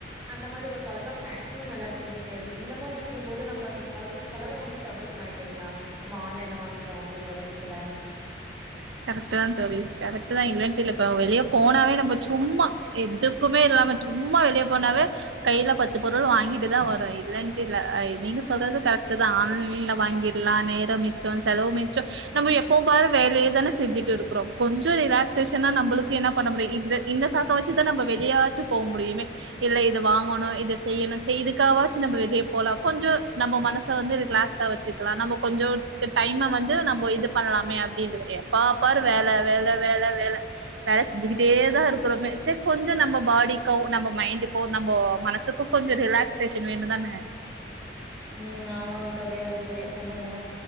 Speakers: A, on the right; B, on the right.
A: அந்த மாரி ஒரு பழக்கம் மேக்ஸிமம் எல்லாத்துக்கிட்டுமே இருக்கு இந்த மாரி இருக்கும்போது நம்ம அந்த செலவு செலவை வந்து தவிரு கலாம் இல்லலைங்களா நம்ம ஆன்லைன்ல வாங்கிட்டோம் அப்படிங்கிற பட்சத்துல
B: கரெக்ட் தான் தோழி கரெக்ட் தான் இலைன்னு இல்ல இப்ப வெளியே போனாவே நம்ம சும்மா எதுக்குமே இல்லாம சும்மா வெளிய போனாவே கையில பத்து பொருள் வாங்கிட்டுதா வறோ இல்லன்ட்டு இல்ல அ நீங்க சொல்றது கரெக்ட்டு தா ஆன்லைன்ல வாங்கி கில்லாம் நேரம் மிச்சம் செலவு மிச்சம் நம்ம எப்போ பாரு வேலையே தான செ செஞ்சுட்டு இருக்றோம் கொஞ்சம் ரிலாக்சேஷனா நம்மளுக்கு என்ன பண்ண முடியும் இந்த சாக்க வச்சுதான நம்ம வெளியவாச்சு போ முடியுமே இல்ல இது வாங்கணும் இதை செய்யணும் சரி இதுக்காகாச்சு நம்ம வெளிய போலாம் கொஞ்சம் நம்ம மனச வந்து ரிலாக்ஸா‌ வெச்சுக்கலா வச்சுக்கலாம் நம்ம கொஞ்சம் டைமை வந்து நம்ம இது பண்ணலாமே அப்படின்ற எப்பபாரு வேல வேல வேல வேல வேலை செஞ்சுக்கிட்டே தா இருக்கிறோமே சரி கொஞ்சம் நம்ம பாடிக்கும் நம்ம மைண்டுக்கும் நம்ம மனசுக்கும் கொஞ்சம் ரிலாக்சேஷன் வேணும்தானே
A: ம் ஆமா தோழி சரியா சொன்னீங்க